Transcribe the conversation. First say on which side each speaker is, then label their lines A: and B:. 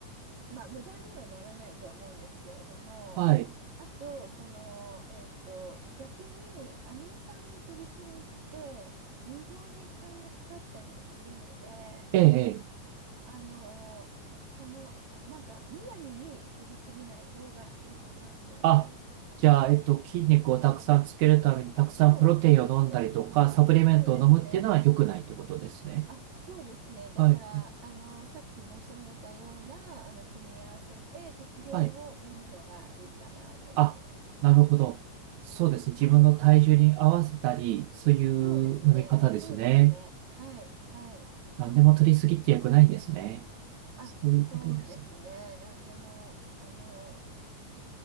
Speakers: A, on the right; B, on the right.
A: まあ、無駄にはならないとは思うんですけれども、
B: はい。
A: あと、その、えっと、逆にアミノ酸の取りすぎって、腎臓に負担がかかったりもするので、
B: ええ、ええ。
A: あの、その、なんか、むやみに取りすぎない方がいいかなとは思います。
B: あ、じゃあ、えっと、筋肉をたくさんつけるためにたくさんプロテインを飲んだりとか、
A: そう、そうです。
B: サプリメントを飲むっていうのは良くないってことですね。
A: そうですね。あ、そうですね。だから、
B: はい。
A: あの、さっき申し上げたような、あの、組み合わせで適量を飲むのがいいかなと思います。
B: はい。あ、なるほど。そうですね。自分の体重に合わせたり、
A: はい。
B: そういう飲み方ですね。
A: そうですね。そうですね。はい。はい。
B: 何でも取りすぎって良くないんですね。
A: あ、
B: そういうことですね。
A: そうですね。何でも、あの、